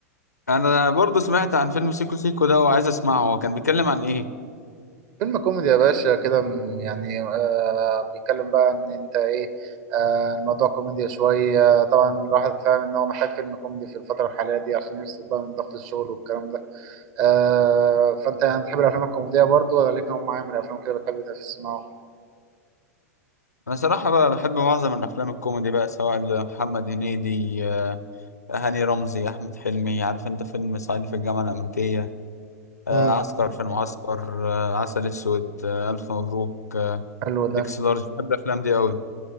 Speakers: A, on the left; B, on the right.
A: انا برضو سمعت عن فيلم سيكو سيكو ده وعايز اسمعه هو كان بيتكلم عن ايه
B: فيلم كوميدي يا باشا كده م- يعني آه بيتكلم بقى ان انت ايه آه الموضوع كوميديا شويه طبعا الواحد فاهم ان هو محتاج فيلم كوميدي في الفتره الحاليه دي عشان يفصل بقى من ضغط الشغل والكلام ده آه فانت يعني بتحب الافلام الكوميديه برضه ولا ليك نوع معين من الافلام كده بتحب تسمعه
A: انا صراحة بقى بحب معظم الافلام الكوميدي بقى سواء محمد هنيدي آه، هاني رمزي احمد حلمي عارف انت فيلم صعيدي في الجامعة الامريكية آه،
B: امم
A: عسكر في المعسكر آه، عسل اسود آه، الف مبروك آه،
B: حلو ده
A: اكس لارج بحب الافلام دي قوي